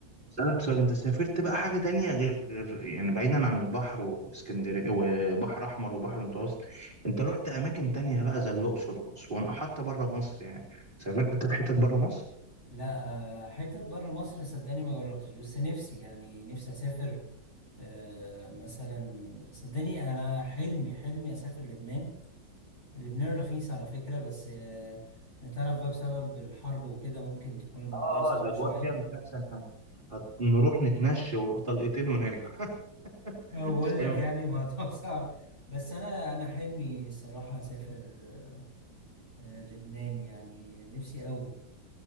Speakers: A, on the right; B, on the left.
A: أسألك سؤال أنت سافرت بقى حاجة تانية غير غير يعني بعيدا عن البحر واسكندرية وبحر أحمر وبحر المتوسط أنت رحت أماكن تانية بقى زي الأقصر وأسوان أو حتى بره مصر يعني سافرت في حتت بره مصر؟
B: لا حتت بره مصر صدقني ما جربتش بس نفسي يعني نفسي اسافر آه، مثلا صدقني انا حلمي حلمي اسافر لبنان لبنان رخيص على فكره بس آه، انت عارف بقى بسبب الحرب وكده ممكن تكون الموضوع
A: آه آه،
B: صعب
A: الأجواء
B: شويه
A: فيها مش أحسن حاجة هنروح نتمشى وطلقتين ونرجع <laughs>
B: أنا
A: مش
B: بقول لك
A: هينفع
B: يعني الموضوع <laughs> صعب بس انا انا حلمي صراحه اسافر آه، آه، لبنان يعني نفسي قوي